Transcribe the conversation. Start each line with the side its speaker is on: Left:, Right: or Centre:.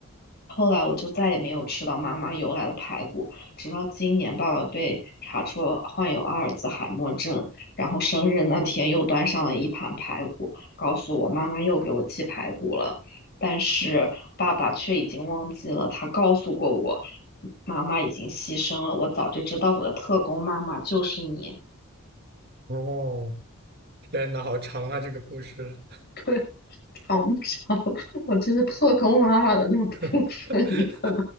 Left: 后来我就再也没有吃到妈妈邮来的排骨，直到今年爸爸被查出患有阿尔兹海默症，然后生日那天又端上了一盘排骨，告诉我妈妈又给我寄排骨了，但是爸爸却已经忘记了，他告诉过我，妈妈已经牺牲了，我早就知道我的特工妈妈就是你。
Right: 哦，天呐，好长啊这个故事，
Left: <laughs> 长不着，<laughs> 我觉得特工妈妈的那个部分，
Right: <laughs>
Left: 你可能